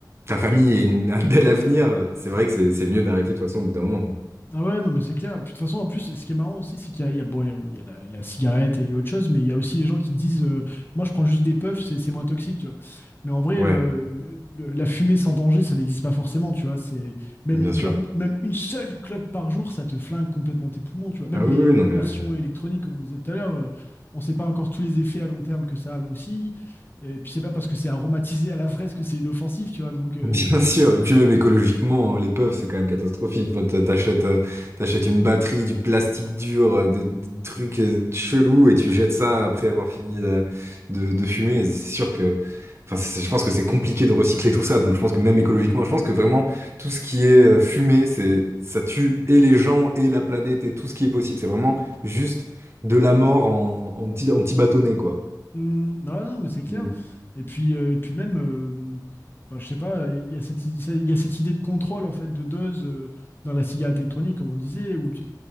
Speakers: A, on the right; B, on the left.
A: ta famille ait une- <laughs> un bel avenir, c'est vrai que c'est c'est mieux d'arrêter de toute façon au bout d'un moment.
B: Ah ouais, non, mais c'est clair. Puis de toute façon, en plus, ce qui est marrant aussi, c'est qu'il y a, il y a- bon, il y a- il y a la, la cigarette et autre chose, mais il y a aussi les gens qui disent euh, Moi, je prends juste des puffs, c'est c'est moins toxique, tu vois. Mais en vrai,
A: Ouais,
B: euh, le- la fumée sans danger, ça n'existe pas forcément, tu vois. C'est même
A: bien
B: une
A: sûr.
B: clope, même une seule clope par jour, ça te flingue complètement tes poumons, tu vois. Même
A: Ah oui,
B: les
A: oui, non mais
B: versions électroniques, comme on disait tout à l'heure, euh, on ne sait pas encore tous les effets à long terme que ça a aussi. Et puis, c'est pas parce que c'est aromatisé à la fraise que c'est inoffensif, tu vois. Donc, euh,
A: Bien
B: il y
A: sûr,
B: a-
A: et puis même écologiquement, hein, les puffs, c'est quand même catastrophique. Enfin, t'a- T'achètes, euh, t'achètes une batterie, du plastique dur, euh, des, des trucs euh, chelous, et tu jettes ça après avoir fini de, de- de fumer. C'est sûr que, enfin, c'est- je pense que c'est compliqué de recycler tout ça. Donc, je pense que même écologiquement, je pense que vraiment tout ce qui est euh, fumé, c'est, ça tue et les gens et la planète et tout ce qui est possible. C'est vraiment juste de la mort en, en petit, en petit bâtonnet, quoi.
B: Hmm, ouais, non, mais c'est clair.
A: Donc,
B: Et puis, euh, et puis même, euh, enfin, je sais pas, il y a cette, i- ça- il y a cette idée de contrôle en fait de dose euh, dans la cigarette électronique, comme on disait, où tu